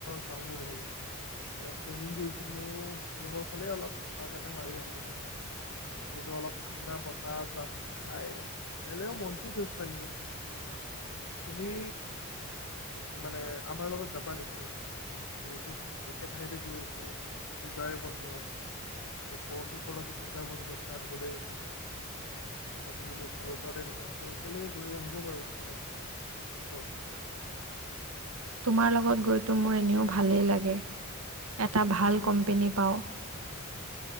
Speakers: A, on the left; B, on the right.
A: যাওঁ বুলি ভাবিছোঁ। মানে, প্লেনিং কৰিছোঁ, মইয়ো শ্বিলঙৰ ফালে অলপ পাক এটা মাৰি আহোঁ নেকি। যটো অলপ ঠাণ্ডা বতাহ জাক খাই, খালেও মনতটোও ফ্ৰেচ লাগিব। তুমি মানে আমাৰ লগত যাবা নেকি? যিহেতু একে ঠাইতে গৈ আছো, তাত পূজাৰে বন্ধ। আৰু পৰহিৰ পৰাতো পূজা বন্ধ ষ্টাৰ্ট হ'লেই। আৰু তুমি, মোৰ ঘৰৰ ওচৰতে থাকা। আমি একেলগ গৈ আহিব পাৰোঁ শ্বিলং। কি কোৱা?
B: তোমাৰ লগত গৈ তো মোৰ এনেও ভালেই লাগে! এটা ভাল কোম্পেনী পাওঁ।